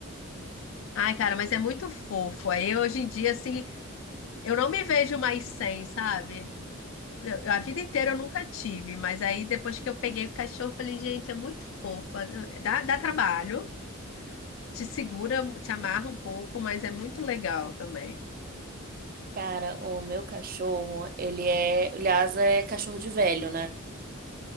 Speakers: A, on the left (about 65°); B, on the right (about 40°).
A: Ai, cara, mas é muito fofo. Aí hoje em dia, assim, eu não me vejo mais sem, sabe? Eu- eu- a vida inteira eu nunca tive, mas aí depois que eu peguei o cachorro, eu falei, gente, é muito fofa. Dá, dá trabalho, te segura, te amarra um pouco, mas é muito legal também.
B: Cara, o meu cachorro, ele é. O Lhasa é cachorro de velho, né?